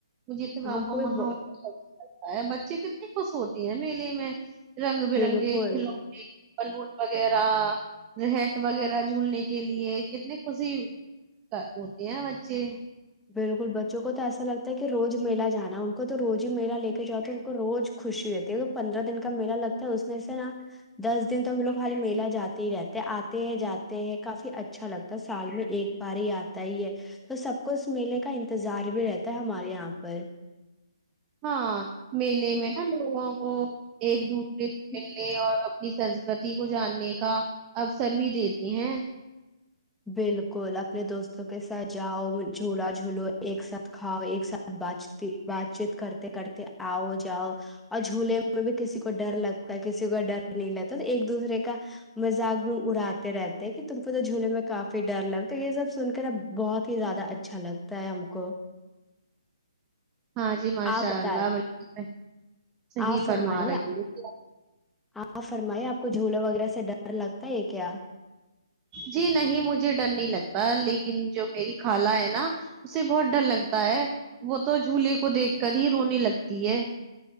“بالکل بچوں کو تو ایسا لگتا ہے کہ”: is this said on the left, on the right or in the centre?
Centre